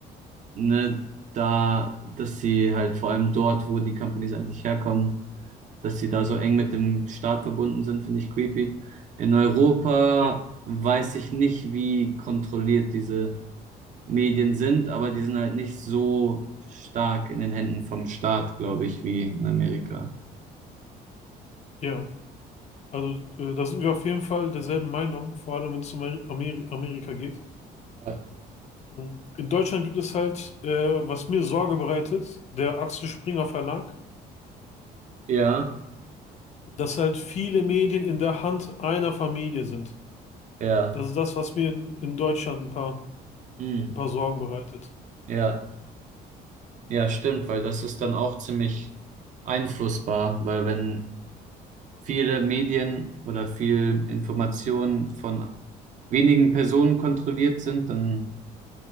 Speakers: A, on the right; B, on the left.
A: ne, da, dass sie halt vor allem dort, wo die Companies eigentlich herkommen, dass sie da so eng mit dem Staat verbunden sind, finde ich creepy. In Europa
B: ja,
A: weiß ich nicht, wie kontrolliert diese Medien sind, aber die sind halt nicht so stark in den Händen vom Staat, glaube ich, wie in Amerika.
B: ja. Also, äh, da sind wir auf jeden Fall derselben Meinung, vor allem wenn es um Ameri Amerika geht.
A: Ja,
B: Hm. In Deutschland gibt es halt, äh, was mir Sorge bereitet, der Axel Springer Verlag,
A: ja,
B: dass halt viele Medien in der Hand einer Familie sind.
A: ja,
B: Das ist das, was mir in, in Deutschland ein paar,
A: Hm.
B: ein paar Sorgen bereitet.
A: ja, Ja, stimmt, weil das ist dann auch ziemlich einflussbar, weil wenn viele Medien oder viel Information von wenigen Personen kontrolliert sind, dann,